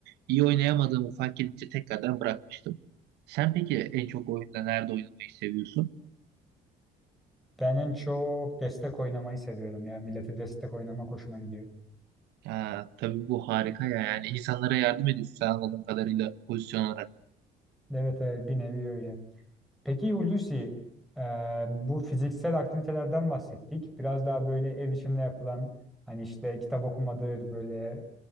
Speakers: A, on the right; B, in the centre.
A: iyi oynayamadığımı fark edince tekrardan bırakmıştım. Sen peki en çok oyunda nerede oynamayı seviyorsun?
B: Ben en çok destek oynamayı seviyorum ya. Millete destek oynamak hoşuma gidiyor.
A: Ya, tabii bu harika ya. Yani insanlara yardım ediyorsun sen anladığım kadarıyla pozisyon olarak.
B: Evet evet bir nevi öyle. Peki Hulusi e, bu fiziksel aktivitelerden bahsettik. Biraz daha böyle ev içinde yapılan hani işte kitap okumadır böyle